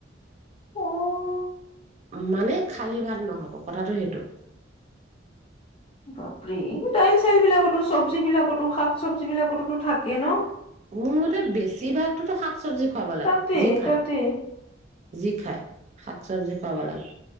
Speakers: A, on the left (about 30°); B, on the right (about 35°).
A: অহ'
B: মানে খালী ভাত নহ'ব কথাটো সেইটো।
A: বাপৰে ডাই চেল বিলাকতো চব্জি বিলাকতো শাক চব্জি বিলাকতো থাকে ন।
B: মোৰতে বেছি ভাগটো শাক চবজি খুৱাব লাগে
A: তাতে
B: যি খাই।
A: তাতে
B: যি খাই শাক চবজি পাব লাগে।